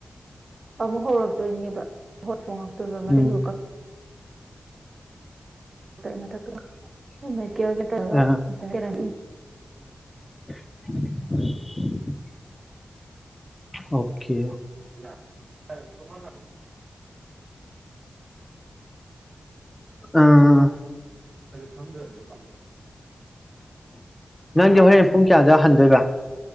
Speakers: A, on the right; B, on the left.
A: ꯑꯃꯨꯛ ꯍꯧꯔꯛꯇꯣꯏꯅꯦꯕ ꯍꯣꯏ ꯐ ꯌ
B: ꯎꯝ
A: ꯃꯊꯔ
B: ꯑꯥ ꯍ ꯑꯣꯀꯦ
A: ꯌꯥꯃꯅ
B: ꯑꯥ
A: ꯊꯝꯖꯔꯒꯦ ꯂꯥꯛ
B: ꯅꯪꯗꯤ ꯍꯣꯔꯦꯟ ꯄꯨꯡ ꯀꯌꯥꯗ ꯍꯟꯗꯣꯏꯕ